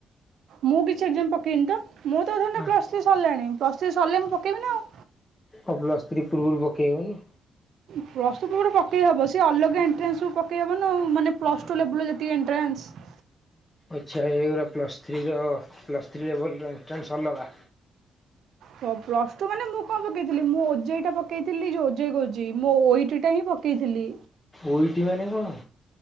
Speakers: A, on the right; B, on the left.
A: ମୁଁ କିଛି ଏକ୍ଜାମ ପକେଇନି ତ ମୁଁ ତ ଧର
B: ଆଉ
A: ପ୍ଲସ୍ ଥ୍ରି ସରିଲାଣି ପ ପ୍ଲସ ଥ୍ରି ସରିଲେ ମୁଁ ପକେଇବି ନି ଆଉ।
B: କଣ ପ୍ଲସ ଥ୍ରି ପ୍ରୁବରୁ ପକେଇ ହେବନି?
A: ପ୍ଲସ୍ ଟୁ ପୃବରୁ ପକେଇ ହେବ ସି ଅଲଗା ଏଣ୍ଟାନ୍ସକୁ ପକେଇବ ନା ଆ ମାନେ ପ୍ଲସ୍ ଟୁ ଲେବୁଲ୍ର ର ଯେତିକି ଏଟାନ୍ସ।
B: ଆଚ୍ଛା। ଏଗୁଡ଼ା ପ୍ଲସ୍ ଥ୍ରୀର ପ୍ଲସ୍ ଥ୍ରୀ ଲେବୁଲ୍ର ଏଣ୍ଟ୍ରାନ୍ସ ଅଲଗା।
A: ହ ପ୍ଲସ ଟୁ ମାନେ ମୁଁ କଣ ପକେଇଥିଲି ମୁଁ ଓଜେଇ ଟା ପକେଇଥିଲି ଯୋଉ ଓଜେଇ କହୁଛି ମୋ ଓଇଟା ହିଁ ପ କେଇ ଥିଲି।
B: ଓ ଇଟି ମାନେ କଣ?